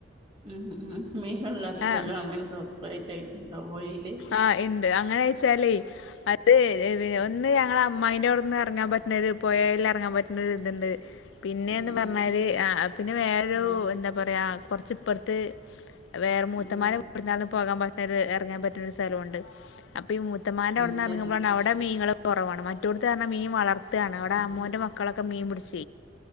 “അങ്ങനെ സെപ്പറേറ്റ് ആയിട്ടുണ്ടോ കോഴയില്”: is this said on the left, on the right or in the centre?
Right